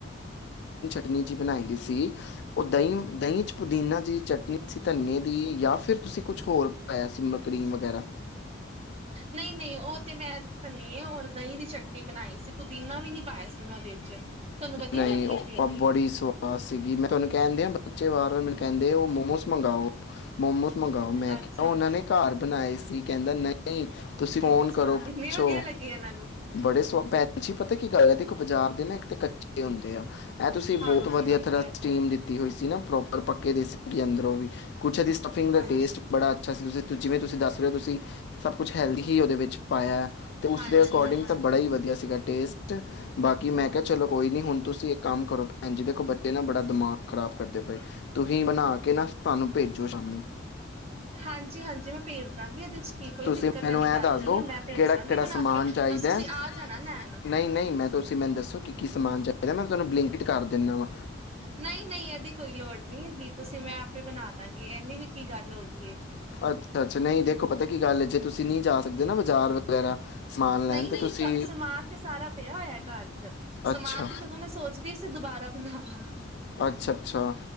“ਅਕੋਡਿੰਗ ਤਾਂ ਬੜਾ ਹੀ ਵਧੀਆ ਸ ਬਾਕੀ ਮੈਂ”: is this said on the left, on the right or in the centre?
Left